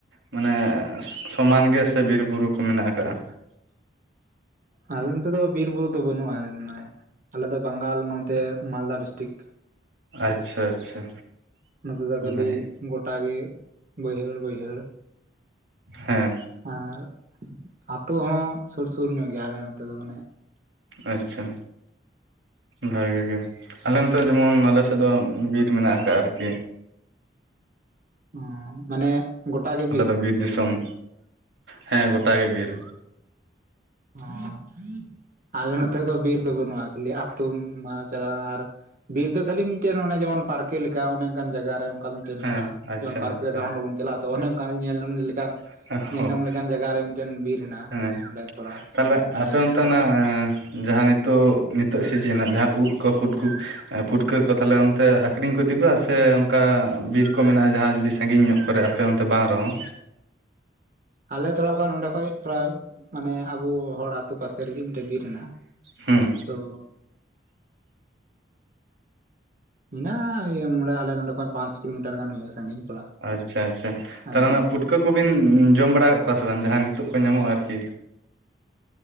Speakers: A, on the right (about 80°); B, on the right (about 45°).
A: ᱢᱟᱱᱮ, ᱥᱚᱢᱟᱱ ᱜᱮ ᱥᱮ ᱵᱤᱨ ᱵᱩᱨᱩ ᱠᱚ ᱢᱮᱱᱟᱜ ᱟᱠᱟᱫ-ᱟ
B: ᱟᱞᱮ ᱱᱚᱛᱮ ᱫᱚ ᱵᱤᱨᱵᱩᱨᱩ ᱫᱚ ᱵᱟᱹᱱᱩᱜᱼᱟ ᱢᱟᱱᱮ ᱟᱞᱮ ᱫᱚ ᱵᱟᱝᱜᱟᱞ ᱱᱚᱛᱮ ᱢᱟᱞᱫᱟ ᱰᱤᱥᱴᱨᱤᱠᱴ
A: ᱟᱪᱪᱷᱟ ᱟᱪᱪᱷᱟ
B: ᱱᱚᱛᱮ ᱫᱚ ᱠᱷᱟᱹᱞᱤ
A: ᱵᱷᱟᱜᱮ
B: ᱜᱚᱴᱟ ᱜᱮ ᱵᱟᱹᱭᱦᱟᱹᱲ ᱵᱟᱹᱭᱦᱟᱹᱲ
A: ᱦᱮᱸ
B: ᱸ ᱟᱨ ᱟᱹᱛᱩ ᱦᱚᱸ ᱥᱩᱨ ᱥᱩᱨ ᱧᱚᱜ ᱜᱮᱭᱟᱞᱮ ᱟᱞᱮ ᱱᱚᱛᱮ ᱫᱚ ᱢᱟᱱᱮ
A: ᱟᱪᱪᱷᱟ ᱵᱷᱟᱹᱜᱤ ᱜᱮ ᱟᱞᱮ ᱱᱚᱛᱮ ᱫᱚ ᱡᱮᱢᱚᱱ ᱟᱞᱮᱥᱮᱫ ᱫᱚ ᱵᱤᱨ ᱢᱮᱱᱟᱜ ᱟᱠᱟᱫ ᱟᱨᱠᱤ
B: ᱚᱸ ᱢᱟᱱᱮ ᱜᱚᱴᱟ ᱜᱮ
A: ᱟᱞᱮ ᱫᱚ ᱵᱤᱨ ᱫᱤᱥᱚᱢ, ᱦᱮᱸ ᱜᱚᱴᱟ ᱜᱮ ᱵᱤᱨ
B: ᱚᱸ ᱟᱞᱮ ᱱᱚᱛᱮ ᱫᱚ ᱵᱤᱨ ᱫᱚ ᱵᱟᱹᱱᱩᱜᱼᱟ ᱠᱷᱟᱹᱞᱤ ᱟᱛᱩ ᱢᱟ ᱪᱟᱞᱟᱜᱼᱟ ᱟᱨ ᱵᱤᱨ ᱫᱚ ᱠᱷᱟᱹᱞᱤ ᱢᱤᱫᱴᱟᱝ ᱚᱱᱮ ᱡᱮᱢᱚᱱ ᱯᱟᱨᱠᱮ ᱞᱮᱠᱟ ᱚᱱᱮ ᱚᱱᱠᱟᱱ ᱡᱟᱭᱜᱟᱨᱮ ᱚᱱᱠᱟ ᱢᱤᱫᱴᱮᱱ
A: ᱦᱮᱸ
B: ᱢᱮᱱᱟᱜᱼᱟ
A: ᱟᱪᱪᱷᱟ
B: ᱡᱮᱢᱚᱱ ᱯᱟᱨᱠ
A: ᱟᱪᱪᱷᱟ
B: ᱨᱮ ᱫᱟᱬᱟᱱ ᱵᱟᱵᱚᱱ ᱪᱟᱞᱟᱜᱼᱟ ᱛᱚ ᱚᱱᱮ ᱚᱱᱠᱟ ᱧᱮᱞᱮᱞ ᱞᱮᱠᱟᱱ
A: ᱡᱟᱭᱦᱳᱠ
B: ᱧᱮᱞᱡᱚᱝ ᱞᱮᱠᱟᱱ ᱡᱟᱭᱜᱟᱨᱮ ᱢᱤᱫᱴᱮᱱ ᱵᱤᱨ ᱦᱮᱱᱟᱜᱼᱟ
A: ᱦᱮᱸ
B: ᱚᱸᱰᱮ ᱛᱷᱚᱲᱟ᱾
A: ᱛᱟᱦᱚᱞᱮ ᱟᱯᱮ
B: ᱢᱟᱱᱮ
A: ᱚᱱᱛᱮᱱᱟᱜ ᱡᱟᱦᱟᱸ ᱱᱤᱛᱚᱜ ᱱᱤᱛᱚᱜ ᱥᱤᱡᱤᱱ ᱱᱟᱸᱜ ᱢᱟᱦᱟᱸ ᱩᱫ ᱠᱚ ᱯᱩᱴᱠᱩ ᱯᱩᱴᱠᱟᱹ ᱠᱚ ᱛᱟᱦᱚᱞᱮ ᱚᱱᱛᱮ ᱟᱠᱷᱨᱤᱧ ᱠᱚ ᱤᱫᱤ ᱠᱚᱣᱟ ᱥᱮ ᱚᱱᱠᱟ ᱵᱤᱨ ᱠᱚ ᱢᱮᱱᱟᱜᱼᱟ ᱡᱟᱦᱟᱸ ᱡᱩᱫᱤ ᱥᱟᱺᱜᱤᱧ ᱧᱚᱜ ᱠᱚᱨᱮ ᱟᱯᱮ ᱚᱱᱛᱮ ᱵᱟᱝ ᱨᱮᱦᱚᱸ᱾
B: ᱟᱞᱮ ᱛᱷᱚᱲᱟ ᱠᱷᱱ ᱱᱚᱸᱰᱮ ᱠᱷᱚᱡ ᱛᱷᱚᱲᱟ ᱢᱟᱱᱮ ᱟᱵᱚ ᱦᱚᱲ ᱟᱛᱳ ᱯᱟᱥᱮ ᱨᱮᱜᱮ ᱢᱤᱫᱴᱮᱡ ᱵᱤᱨ ᱦᱮᱱᱟᱜᱟ
A: ᱦᱩᱸ
B: ᱛᱚ ᱢᱮᱱᱟᱜᱼᱟ ᱤᱭᱟᱹ ᱱᱚᱰᱮ ᱟᱞᱮ ᱱᱚᱰᱮ ᱠᱷᱚᱡ ᱯᱟᱸᱪ ᱠᱤᱞᱳᱢᱤᱴᱟᱨ ᱜᱟᱱ ᱦᱩᱭᱩᱜᱼᱟ ᱥᱟᱺᱜᱤᱧ ᱛᱷᱚᱲᱟ
A: ᱟᱪᱪᱷᱟ ᱟᱪᱪᱷᱟ
B: ᱟᱭᱰᱤᱭᱟ
A: ᱛᱟᱦᱚᱞᱮᱱᱟᱜ ᱯᱷᱩᱴᱠᱟᱹ ᱟᱹᱠᱩᱵᱤᱱ ᱡᱚᱢ ᱵᱟᱲᱟ ᱟᱠᱟᱫ ᱠᱚᱣᱟ ᱥᱮ ᱵᱟᱝ ᱡᱟᱦᱟᱸ ᱱᱤᱛᱚᱜ ᱠᱚ ᱧᱟᱢᱚᱜᱼᱟ ᱟᱨᱠᱤ